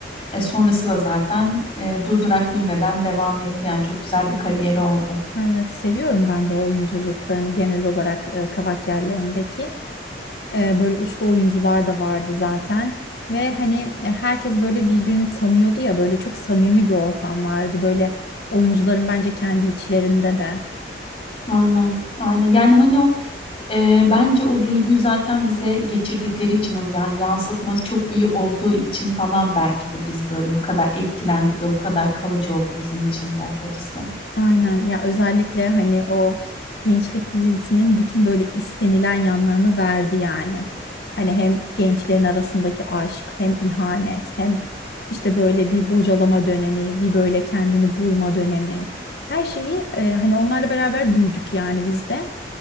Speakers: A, on the left; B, on the left.
A: e, sonrası da zaten e, durdurak bilmeden devam etti. Yani çok güzel bir kariyeri oldu.
B: Evet seviyorum ben de o oyunculuklarını genel olarak e, Kavak yerlerindeki. E, böyle usta oyuncular da vardı zaten. Ve hani e, herkes böyle birbirini tanıyordu ya böyle çok samimi bir ortam vardı. Böyle oyuncuların bence kendi içlerinde de.
A: Aynen, aynen. Yani hani o e, bence o duyguyu zaten bize geçirdikleri için o yani yansıtması çok iyi olduğu için falan belki de biz böyle bu kadar etkilendik ve bu kadar kalıcı oldu bizim için de o dizi.
B: Aynen ya özellikle hani o gençlik dizisinin bütün böyle istenilen yanlarını verdi yani. Hani hem gençlerin arasındaki aşk hem ihanet hem işte böyle bir bocalama dönemi bir böyle kendini bulma dönemi. Her şeyi e, hani onlarla beraber büyüdük yani biz de.